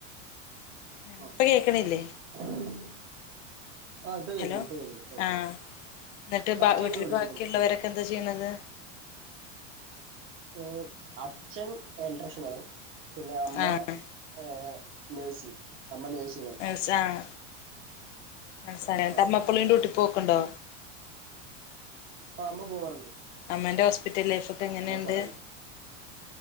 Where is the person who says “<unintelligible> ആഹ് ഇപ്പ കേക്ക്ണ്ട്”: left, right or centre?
Right